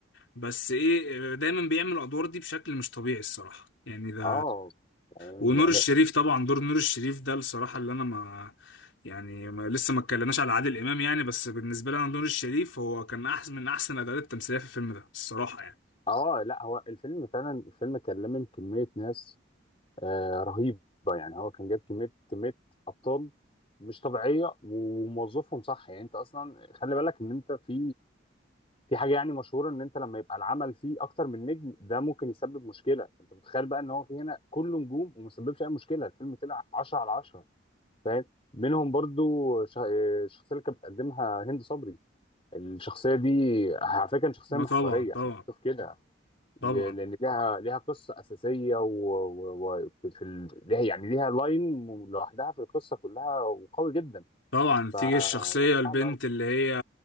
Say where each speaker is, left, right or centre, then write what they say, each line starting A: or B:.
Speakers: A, on the left; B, on the left.
A: بس ايه آه، دايما بيعمل الادوار دي بشكل مش طبيعي الصراحة يعني ده
B: اه فاهم؟
A: ونور
B: يعني
A: الشريف طبعا دور نور الشريف ده الصراحة اللي أنا ما يعني ما لسه ما اتكلمناش على عادل إمام يعني بس بالنسبة لي أنا نور الشريف هو كان أحسن من أحسن الأداءات التمثيلية في الفيلم ده الصراحة يعني
B: اه لا هو الفيلم فعلا الفيلم كان لامم كميه ناس آه، رهيبه يعني هو كان جايب كميه كميه ابطال مش طبيعيه وموظفهم صح يعني انت اصلا خلي بالك ان انت في في حاجه يعني مشهوره ان انت لما يبقى العمل فيه اكتر من نجم ده ممكن يسبب مشكله انت متخيل بقى ان هو في هنا كله نجوم وما سببش اي مشكله الفيلم طلع 10 على 10 فاهم منهم برضو ش- آه، الشخصيه اللي كانت بتقدمها هند صبري الشخصيه دي على فكره كانت شخصيه محوريه
A: أه طبعا
B: انا
A: طبعا
B: بشوف كده ل-
A: طبعا
B: لان ليها ليها قصه اساسيه وفي و... و... في ال... ليها يعني ليها لاين لوحدها في القصه كلها وقوي جدا
A: طبعا بتيجي
B: ف
A: الشخصية البنت
B: صعب أوي.
A: اللي هي